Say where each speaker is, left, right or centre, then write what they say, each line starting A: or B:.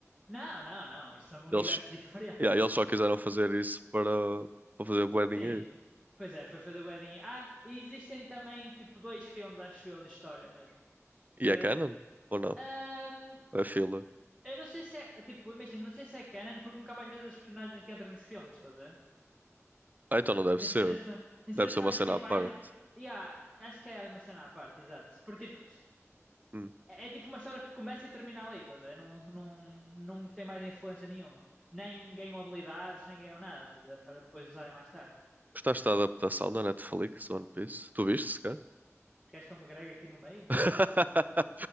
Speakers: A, on the right; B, on the right.
A: Não, não, não, isto são universos
B: eles,
A: <laughs> diferentes.
B: yeah, eles só quiseram fazer isso para, para fazer bué dinheiro.
A: Sim, pois é, foi fazer wedding. Ah, e existem também, tipo, dois filmes, acho eu, de história mesmo. Que.
B: E é canon? Ou não?
A: ahm,
B: É filler?
A: eu não sei se é. Tipo, imagina, não sei se é canon, porque nunca mais vi as personagens que entram nos filmes, estás a ver?
B: Ah, então não deve
A: Sem
B: ser.
A: ser as, sem
B: Deve
A: ser as
B: ser
A: personagens
B: uma cena
A: principais,
B: à parte.
A: nu- Yeah, acho que é uma cena à parte, exato. Porque, tipo,
B: Hum.
A: É, é tipo uma história que começa e termina ali, estás a ver? Não, não, não tem mais influência nenhuma. Nem ganham habilidades, nem ganham nada, estás a ver? Para depois usarem mais tarde.
B: Gostaste da adaptação da Netflix, One Piece? Tu viste, cara?
A: Queres que eu me gregue aqui no meio?
B: <laughs>